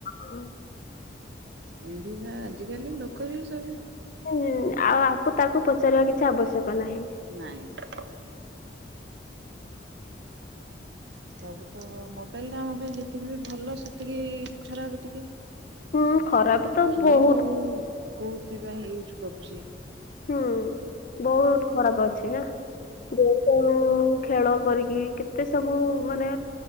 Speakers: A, on the left; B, on the right.
A: ହଁ।
B: ଏମତି ତ ଆଜିକାଲି ଲୋକ ହିଁ ସବୁ
A: ହୁଁ ଆଉ ଆକୁ ତାକୁ ପଚାରିବା କିଛି ଆବଶ୍ୟକ ନାହିଁ।
B: ନାଇଁ। ସବୁ ତ ମୋବାଇଲ ଟା ଆମ ପାଇଁ ଯେତିକି ବି ଭଲ ସେତିକି ଖରାପ ଟିକେ।
A: ହୁଁ ଖରାପ ତ
B: କିଏ
A: ବହୁତ
B: କୋଉ କୋହୁଥି ପାଇଁ ୟୁଜ୍ କରୁଚି।
A: ହୁଁ ବହୁତ ଖରାପ ଅଛି ନା ବହୁତ୍। <unintelligible> ଖେଳ କରିକି କେତେ ସବୁ ମାନେ